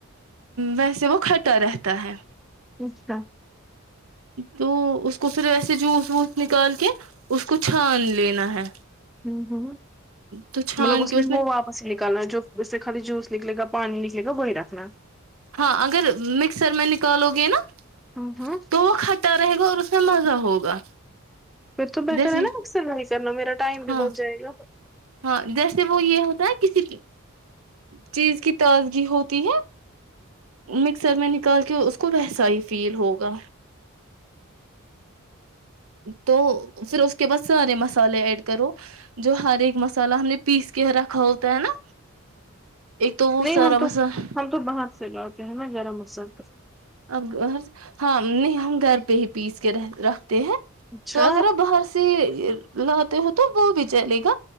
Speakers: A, on the right; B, in the centre.
A: ویس سے وہ کھٹا رہتا ہے
B: اسس کا
A: تو اس کو پھر وسے جوس وس نکال کے اس کو چھان لینا ہے
B: ہوں ہ
A: تو چھان
B: مطلب اس
A: کے
B: میں وہ واپس ہی نکالنا جو اس سے خالی جوس نکلے گا پانی نکلے گا وہی رکھنا
A: ہاں اگر مکسر میں نکالو گے نا
B: ہوں ہوں
A: تو وہ کھٹا رہے گا اور کسا مزہ ہوگا
B: پھر تو پیسا
A: جیسے
B: رہناا اکثر نہیں کرنا میرا ٹائم بھی
A: ہاں
B: بہت جائے گا
A: ہاں جیسے وہ یہ ہوتا ہے کسی چیز کی تازگی ہوتی ہے مکسر میں نے ک کے اس کو وسا ہی فیل ہوگا تو پھر اس کے بعد سارے مسالے ایڈ کرو جو ہر ایک مسالہ ہم نے پیس کے رکھا ہوتا ہے نا ایک تو وہ
B: نہیں
A: سارا
B: ہم تو
A: مسالہ
B: ہم تو باہر سے لوے ہیں نا گرم اسس
A: اب ہاں نہیں ہم گھر پہ ہی پیس کے رہ ر ہیں
B: اچھا
A: تو اگر باہر سے لاتے ہو تو وہ بھی چلے گا